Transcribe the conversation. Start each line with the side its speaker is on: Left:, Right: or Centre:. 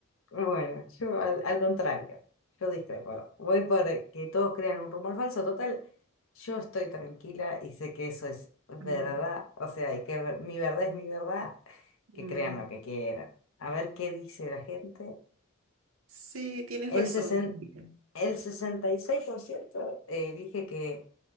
Left: Bueno, yo al, al contrario, yo discrepo. Voy por eh, que todos crean un rumor falso. Total, yo estoy tranquila y sé que eso es verdad.
Right: Mm.
Left: O sea, y que ver- mi verdad es mi verdad, que
Right: Mm,
Left: crean lo que quieran. A ver qué dice la gente.
Right: Sí, tienes
Left: El,
Right: razón
Left: sesen-
Right: también.
Left: el 66% elige que,